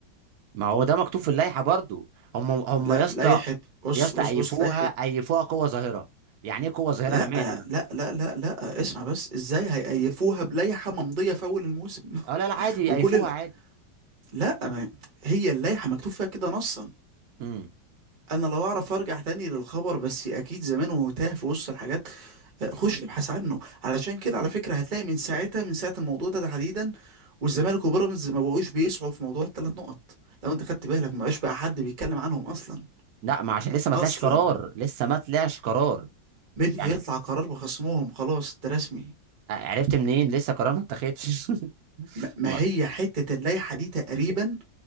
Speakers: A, on the right (about 70°); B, on the right (about 30°).
A: ما هو ده مكتوب في اللائحه برضو هم هم
B: لا
A: يا اسطى
B: لائحة بص
A: يا اسطى
B: بص
A: ايفوها
B: بص لائحة
A: ايفوها قوه ظاهره يعني ايه قوه ظاهره
B: لا
A: انا مالي انا
B: لا لا لا لا اسمع بس ازاي هيقيفوها بلائحة ممضية في اول الموسم
A: اه لا لا عادي
B: <laughs> وكل
A: ايفوها
B: ال...
A: عادي
B: لا ما... هي اللائحة مكتوب فيها كده نصا
A: امم
B: انا لو اعرف ارجع تاني للخبر بس اكيد زمان وتاه في وسط الحاجات آه، خش ابحث عنه علشان كده على فكره هتلاقي من ساعتها من ساعه الموضوع ده تحديدا والزمالك وبيراميدز ما بقوش بيسعوا في موضوع الثلاث نقط لو انت خدت بالك ما بقاش بقى حد بيتكلم عنهم اصلا
A: لا ما عشان لسه ما
B: اصلا
A: طلعش قرار لسه ما طلعش قرار
B: مش
A: يعني
B: هيطلع قرار بخصمهم خلاص ده رسمي
A: آه، عرفت منين لسه قرار ما اتخذش <laughs>
B: م- ما
A: ما-
B: هي حته اللائحه دي تقريبا